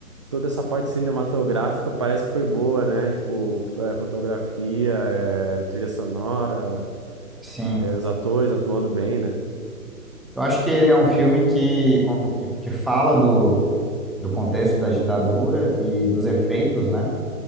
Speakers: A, on the right; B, in the centre.
A: toda essa parte cinematográfica parece que foi boa, né? Tipo, f- é, fotografia, é, trilha sonora,
B: sim.
A: é, os atores atuando bem, né?
B: Eu acho que ele é um filme que, que, que fala do, do contexto da ditadura e dos efeitos, né,